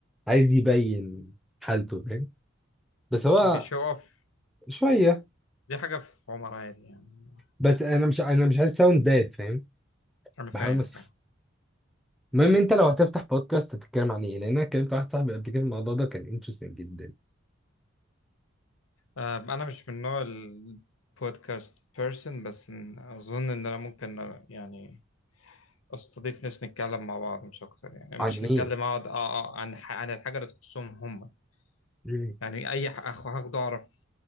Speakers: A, in the centre; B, on the left.
A: عايز يبين حالته فاهم بس هو
B: بيشو اوف
A: شويه
B: دي حاجة في عمر عادي يعني
A: بس انا مش انا مش عايز ساوند باد فاهم
B: أنا فاهم
A: بحاول بس
B: فاهم
A: المهم انت لو هتفتح بودكاست هتتكلم عن ايه لان انا كلمت واحد صاحبي قبل كده الموضوع ده كان انترستنج جدا
B: آه، أنا مش من نوع البودكاست بيرسون بس إن- أظن إن أنا ممكن يعني أستضيف ناس نتكلم مع بعض مش أكتر يعني
A: عن
B: مش
A: ايه
B: نتكلم أقعد آه، آه، عن ح- عن الحاجة اللي تخصهم هم
A: مم.
B: يعني اي ح- أخ- هاخده اعرف